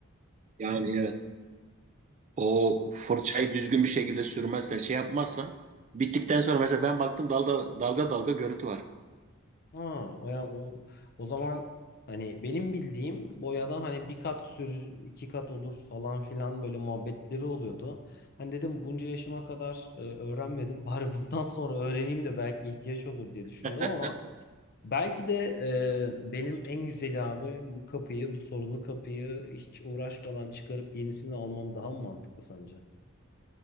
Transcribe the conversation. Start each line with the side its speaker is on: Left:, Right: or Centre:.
Right: Yani evet. O fırçayı düzgün bir şekilde sürmezsen şey yapmazsan bittikten sonra mesela ben baktım dalga dalga dalga görüntü var.
Left: Ha o yani o o zaman hani benim bildiğim boyada hani bir kat sür iki kat olur falan filan böyle muhabbetleri oluyordu. Hani dedim bunca yaşıma kadar e, öğrenmedim. <laughs> Bari bundan sonra öğreneyim de belki ihtiyaç olur diye düşünüyordum
Right: <laughs>
Left: ama Belki de e, benim en güzeli abi bu kapıyı, bu sorunlu kapıyı hiç uğraşmadan çıkarıp yenisini almam daha mı mantıklı sence?